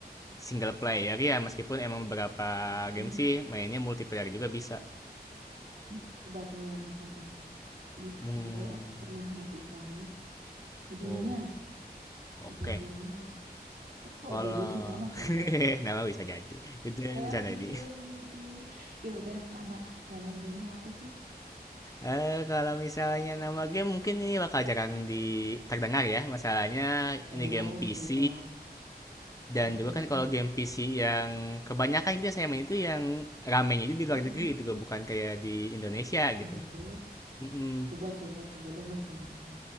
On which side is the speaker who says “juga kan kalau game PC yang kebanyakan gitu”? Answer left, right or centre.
Left